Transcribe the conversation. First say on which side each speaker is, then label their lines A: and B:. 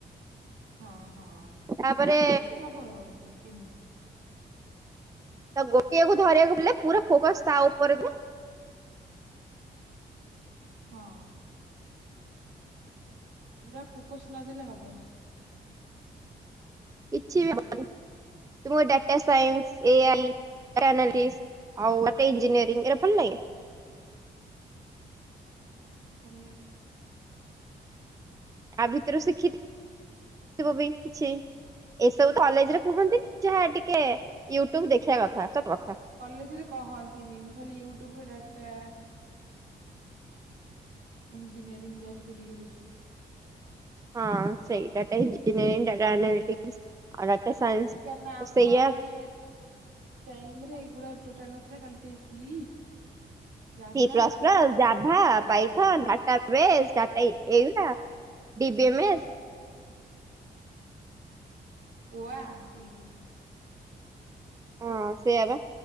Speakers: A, on the right (about 75°); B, on the right (about 20°).
A: ହଁ ହଁ
B: ତାପରେ
A: ସେମିତି ହବ କେ କେମିତି?
B: ତ ଗୋଟିଏକୁ ଧରିବାକୁ
A: ତାପରେ
B: ବଲେ ପୁରା ଫୋକସ୍ ତା ଉପରକୁ।
A: ହଁ। ପୁରା ଫୋକସ୍ ନଦେଲେ ହବନି।
B: କିଛି ବି <inaudible> ତୁମକୁ ଡାଟା ସାଇନ୍ସ ଏୟାରଲି
A: ସ
B: ଚାନାଲିସ୍। ଆଉ ଗୋଟେ ଇଞ୍ଜିନିୟରିଂ ଏରା ଭଲ ଲାଗେ?
A: ହଁ ଭଲ ଲାଗେ।
B: ଆ ଭିତରୁ ଶିଖି ଥିବ ବି କିଛି। ଏସବୁ କଲେଜରେ କୁହନ୍ତି ଯାହା ଟିକେ ୟୁଟ୍ୟୁବ ଦେଖିବା କଥା ସ ଭ
A: କଲେଜରେ କହନ୍ତିନି ମୁଁ ଖାଲି ୟୁଟ୍ୟୁବ ର ଡାଟା। ଇଞ୍ଜିନିୟରିଂ ଯାହା ଟିକେ ଟିକେ ଦେଖିଛି।
B: ହଁ ସେଇ ଡାଟା <unintelligible> ଡାଟା ଏନାଲିଟିକ୍ସ ଆଉ ଡାଟା ସାଇନ୍ସ ତ
A: କାରଣ ଆମ
B: ସେଇଆ
A: ଇଏ ଏଇ ଟାଇମ ରେ ଏଇଗୁଡା ଟୋଟାଲ ନଥିଲା ଖାଲି ସେ C Java
B: plus plus Java
A: Python.
B: ପାଇଥ data ବେଶ ଡାଟା ଏଇଗା ଡିିବିଏମ
A: <unintelligible> ଏଇଗୁଡା ସବୁ
B: ହଁ ସେୟାବା।